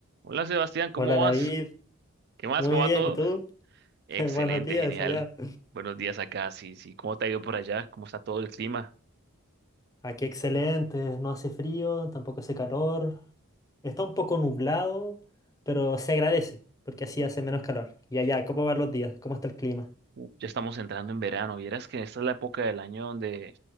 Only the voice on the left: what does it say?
Hola
David,
muy
bien,
¿y tú?
<laughs> Buenos días
allá.
Aquí excelente, no hace frío, tampoco hace calor. Está un poco nublado, pero se agradece, porque así hace menos calor. Y allá, ¿cómo van los días? ¿Cómo está el clima?